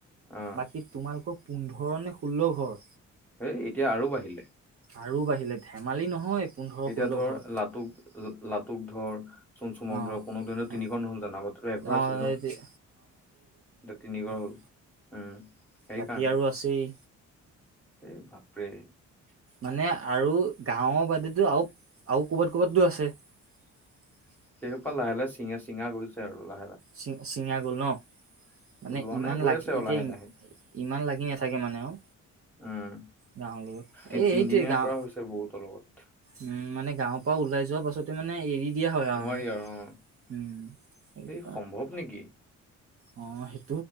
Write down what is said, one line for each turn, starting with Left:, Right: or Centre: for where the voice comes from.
Centre: অ
Right: বাকী তোমালোকৰ পোন্ধৰ নে ষোল্ল ঘৰ
Centre: হেই এতিয়া আৰু বাঢ়িলে
Right: আৰু বাঢ়িলে ধেমালি নহয় পোন্ধৰ
Centre: এতিয়া
Right: ষোল্ল
Centre: ধৰ
Right: ঘৰ
Centre: লাটুক লাটুক ধৰ চোন চুমক
Right: অ
Centre: দ কুক দো
Right: অ
Centre: তিনিঘৰ নহ'ল জানো আগতেতো এঘৰ
Right: অ
Centre: আছিল ন এতিয়া
Right: এতিয়া
Centre: তিনি ঘৰ হ'ল
Right: হয়
Centre: <unintelligible> উম সেইকাৰণে
Right: বাকী আৰু আছেই
Centre: এই ভাপৰে <unintelligible>
Right: মানে আৰু গাঁওৰ বাদেতো আৰু আৰু ক'বাত ক'বাতো আছে <unintelligible>
Centre: সেইহোপা লাহে লাহে চিঙা চিঙা গৈছে আৰু লাহে <unintelligible>
Right: চি ছিঙা গ'ল ন মানে
Centre: যোৱা
Right: ইমান
Centre: নাই গৈ
Right: লাগি
Centre: আছে আৰু
Right: এতিয়া
Centre: লাহে লাহে
Right: ইমান লাগি নাথাকে মানে আৰু
Centre: উম
Right: গাঁওৰ লগত
Centre: তিনদিনীয়া
Right: এই সেইটোৱে গাও
Centre: কৰা হৈছে বহুতৰ লগত
Right: উম মানে গাঁৱৰ পৰা ওলাই যোৱা পাছতে মানে এৰি দিয়া হয় আৰু
Centre: নোৱাৰি অ
Right: উম এইটো
Centre: এই সম্ভৱ নেকি
Right: অ সেইটো